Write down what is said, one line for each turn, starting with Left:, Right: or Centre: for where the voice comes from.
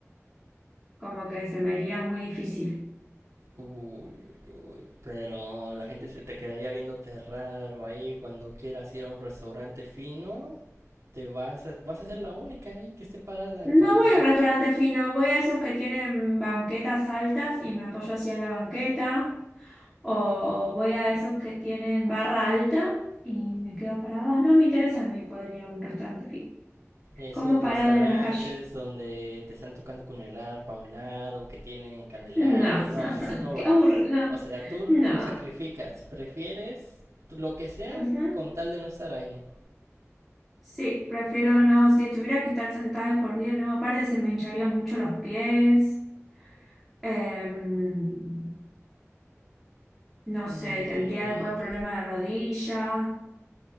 Centre: como que se me haría muy difícil.
Right: Uy, uy, uy. Pero la gente se te quedaría viéndote raro ahí cuando quieras ir a un restaurante fino. Te vas a, vas a ser la única ahí que esté parada
Centre: No
Right: cuando
Centre: voy a un restaurante fino, voy a esos que tienen banquetas altas y me apoyo así en la banqueta. O voy a esos que tienen barra alta y me quedo parada. No me interesa no poder ir a un restaurante aquí.
Right: esos
Centre: Como parada
Right: restaurantes
Centre: en la calle.
Right: donde te están tocando con el arpa a un lado, que tienen candelabros,
Centre: No, <laughs>
Right: no, a esos no
Centre: qué
Right: vas.
Centre: aburrido.
Right: O sea, tú
Centre: No.
Right: lo sacrificas, prefieres lo que sea
Centre: Ujú.
Right: con tal de no estar ahí.
Centre: Sí, prefiero no. Si tuviera que estar sentada de por vida, no. Aparte, se me hincharían mucho los pies. Em, no
Right: Mm,
Centre: sé, tendría después problema de rodilla.